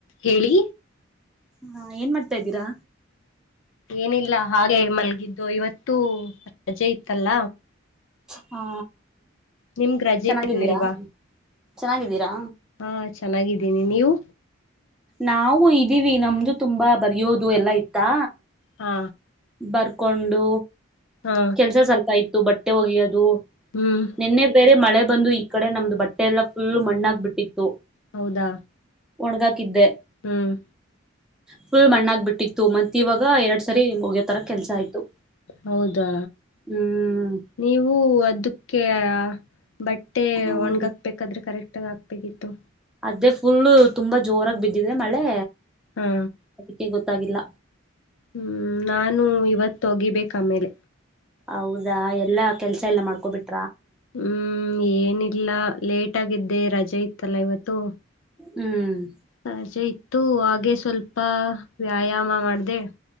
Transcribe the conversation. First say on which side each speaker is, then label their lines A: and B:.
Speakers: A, on the left (about 70°); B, in the centre.
A: ಹೇಳಿ
B: ಹಾ ಏನ್ ಮಾಡ್ತಾ ಇದ್ದೀರಾ
A: ಏನಿಲ್ಲ ಹಾಗೆ ಮಲ್ಗಿದ್ದು ಇವತ್ತುೂ ರಜೆ ಇತ್ತಲ್ಲ
B: ಹಾ
A: ನಿಮ್ಗೆ ರಜೆ
B: ಚೆನ್ನಾಗಿದ್ದೀರಾ
A: ಇರ್ನಿಲ್ವಾ
B: ಚೆನ್ನಾಗಿದ್ದೀರಾ
A: ಹಾ ಚೆನ್ನಾಗಿದ್ದೀನಿ ನೀವು
B: ನಾವು ಇದೀವಿ ನಮ್ದು ತುಂಬಾ ಬರಯೋದು ಎಲ್ಲಾ ಇತ್ತಾ
A: ಹಾ
B: ಬರ್ಕೊಂಡು
A: ಹಾ
B: ಕೆಲ್ಸ ಸ್ವಲ್ಪ ಹ ಬಟ್ಟೆ ಒಗಿ ಯೋದು
A: ಹ್ಮ್
B: ನಿನ್ನೆ ಬೇರೆ ಮಳೆ ಬಂದು ಈ ಕಡೆ ನಮ್ದು ಬಟ್ಟೆ ಎಲ್ಲ ಫುಲ್ ಮಣ್ಣಾಗಬ ಬಿಟ್ಟಿತ್ತು
A: ಹೌದಾ
B: ಹೋಣಗಾಕ್ ಕಿದ್ದೆ
A: ಹ್ಮ್
B: ಫುಲ್ ಮಣ್ಣಾಗ ಬಿಟ್ಟಿತ್ತು ಮತ್ತೆ ಇವಾಗ ಎರಡ್ ಸರಿ ಹೊಗ್ಯತರ ಕೆಲ್ಸ ಆಯ್ತು
A: ಹೌದಾ
B: ಹ್ಮ್
A: ನೀವು ಅದಕ್ಕೆ ಹಾ ಬಟ್ಟೆ
B: ಹ್ಮ
A: ಒಣಗಾಕ್ಬೇಕಾದ್ರೆ ಕರೆಕ್ಟ್ ಆಕ್ಬೇಗಿತ್ತು
B: ಅದೇ ಫುಲ್ ತುಂಬಾ ಜೋರಾಗಿ ಬಿದ್ದಿದ್ರೆ ಮಳೆ
A: ಹಾ
B: ಅದಕ್ಕೆ ಗೊತ್ತಾಗಿಲ್ಲ
A: ಹ್ಮ್ ನಾನು ಇವತ್ತು ಹೋಗಿ ಬೇಕು ಆಮೇಲೆ
B: ಹೌದಾ ಎಲ್ಲಾ ಕೆಲ್ಸ ಎಲ್ಲಾ ಮಾಡ್ಕೋಬಿಟ್ಟು
A: ಹ್ಮ್ ಏನಿಲ್ಲ ಲೇಟ್ ಆಗಿದ್ದೆ ರಜೆ ತಲೈವತ್ತು
B: ಹ್ಮ್
A: ಸಜೆ ಇತ್ತು ಹಾಗೆ ಸ್ವಲ್ಪ ವ್ಯಾಯಾಮ ಮಾಡಿದೆ